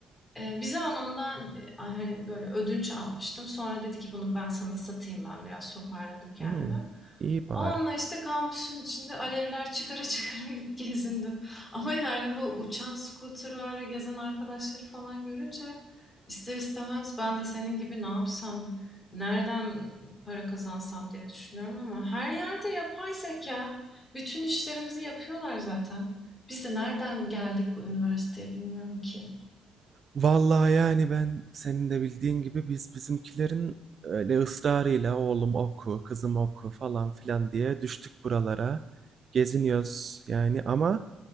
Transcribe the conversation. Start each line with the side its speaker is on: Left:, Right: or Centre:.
Left: Eee, bir zaman ondan, eee, hani, böyle, ödünç almıştım. Sonra dedi ki "Bunu ben sana satayım." Ben biraz toparladım kendimi.
Right: Hımm, iyi bari.
Left: Onunla, işte, kampüsün içinde alevler çıkara çıkara git gezindim. Ama, yani, bu uçan scooter'larla gezen arkadaşları falan görünce ister istemez ben de senin gibi ne yapsam, nereden para kazansam diye düşünüyorum ama her yerde yapay zekâ. Bütün işlerimizi yapıyorlar zaten. Biz de nereden geldik bu üniversiteye bilmiyorum ki.
Right: Vallahi yani ben senin de bildiğin gibi biz bizimkilerin öyle ısrarıyla oğlum oku, kızım oku falan filan diye düştük buralara. Geziniyoruz yani ama